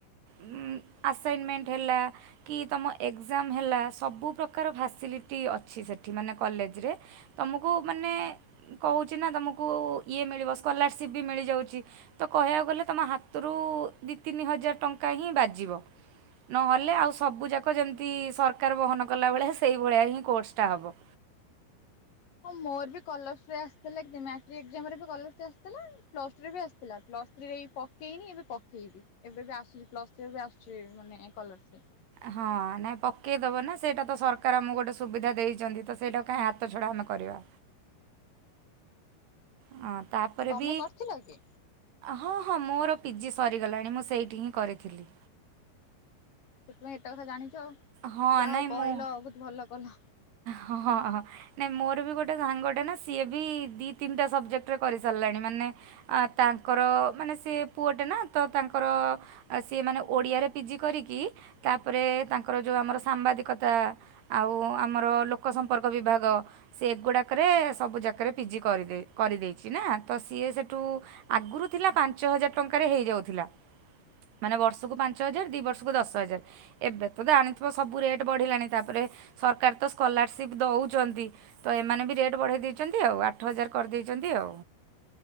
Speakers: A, on the right; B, on the left.
A: ଉଁ ଆସାଇନମେଣ୍ଟ ହେଲା, କି ତମ ଏକ୍ଜାମ୍ ହେଲା ସବୁ ପ୍ରକାର ଫାସିଲିଟି ଅ ଛି ସେଠି ମାନେ କଲେଜରେ। ତୁମକୁ ମାନେ କହୁଛି ନା ତୁମକୁ, ଇଏ ମିଳିବ। ସ୍କଲାରସିପ୍ ବି ମିଳିଯାଉଛି। ତ କହିବାକୁ ଗଲେ ତମ ହାତରୁ ଦି ତିନି ହଜାର ଟଙ୍କା ହିଁ ବାଜିବ। ନ ହେଲେ, ଆଉ ସବୁ ଯାକ ଯେମିତି ସରକାର ବହନ କଲା ଭଳିଆ, ସେଇ ଭଳିଆ ହିଁ କୋର୍ସଟା ହବ।
B: ହଁ, ମୋର ବି ସ୍କଲାରସିପ୍ ଆସିଥିଲା କି ମାଟ୍ରିକ ଏକ୍ଜାମରେ ବି ସ୍କଲାରସିପ ଆସିଥିଲା। ପ୍ଲସ୍ ଟୁ ରେ ବି ଆସ୍ ଥିଲା। ପ୍ଲସ୍ ଥ୍ରୀରେ ଏଇ ପକେଇନି, ଏବେ ପକେଇବି। ଏବେ ବି ଆସୁଛି ପ୍ଲସ୍ ଥ୍ରୀରେ ବି ଆସୁଛି ମାନେ ସ୍କଲରସିପ୍।
A: ହଁ, ନାଇଁ ପକେଇଦେବ ନା। ସେଇଟା ତ ସରକାର ଆମକୁ ଗୋଟେ ସୁବିଧା ଦେଇଛନ୍ତି, ତ ସେଇଟା କାହିଁ ହାତ ଛଡ଼ା ଆମେ କରିବା। ହଁ ତାପରେ
B: ତମେ
A: ବି
B: କରିଥିଲ କି
A: ହଁ ହଁ, ମୋର ପିଜି ସରିଗଲାଣି। ମୁଁ ସେଇଠି ହିଁ କରିଥିଲି।
B: ସେଥିପାଇଁ ଏତେ କଥା ଜାଣିଛ।
A: ହଁ
B: ଯାହା ହେଉ
A: ନାଇଁ
B: କହିଲ
A: ମୁଁ
B: ବହୁତ ଭଲ କଲ।
A: ହଁ ହଁ। ନଁ ମୋର ବି ଗୋଟେ ସାଙ୍ଗ, ଗୋଟେ ନା ସିଏ ବି ଦି ତିନିଟା ସବ୍ଜେକ୍ଟରେ କରିସାରିଲାଣି। ମାନେ ଆ ତାଙ୍କର ମାନେ ସେ ପୁଅଟେ ନା, ତ ତାଙ୍କର ଆଉ ସିଏ ମାନେ ଓଡ଼ିଆରେ ପିଜି କରିକି, ତା ପରେ ତାଙ୍କର ଯେଉଁ ଆମର ସାମ୍ବାଦିକତା ଆଉ ଆମର ଲୋକ ସମ୍ପର୍କ ବିଭାଗ। ସିଏ ଏଗୁଡ଼ାକରେ ସବୁଯାକରେ ପିଜି କରି କରିଦେଇଛି ନା। ତ ସିଏ ସେଠୁ ଆଗରୁ ଥିଲା ପାଞ୍ଚ ହଜାର ଟଙ୍କାରେ ହେଇଯାଉଥିଲା। ମାନେ ବର୍ଷକୁ ପାଞ୍ଚ ହଜାର। ଦୁଇ ବର୍ଷକୁ ଦଶ ହଜାର। ଏବେ ତ ଜାଣିଥିବ ସବୁ ରେଟ୍ ବଢ଼ିଲାଣି। ତା ପରେ ସରକାର ତ ସ୍କଲାରସିପ୍ ଦଉଚନ୍ତି। ତ ଏମାନେ ବି ରେଟ୍ ବଢ଼େଇ ଦେଇଚନ୍ତି ଆଉ। ଆଠ ହଜାର କରିଦେଇଚନ୍ତି ଆଉ।